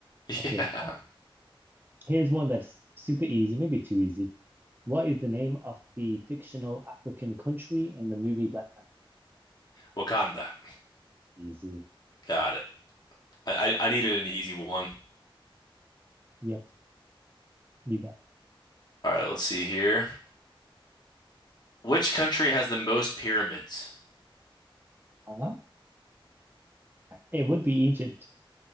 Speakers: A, on the left; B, on the right.
A: Yeah.
B: Okay, here's one that's super easy, maybe too easy. What is the name of the fictional African country in the movie Black Panther?
A: Wakanda.
B: Easy.
A: Got it. I, I I needed an easy one.
B: Yep, you got it.
A: All right, let's see here. Which country has the most pyramids?
B: Huh? It would be Egypt.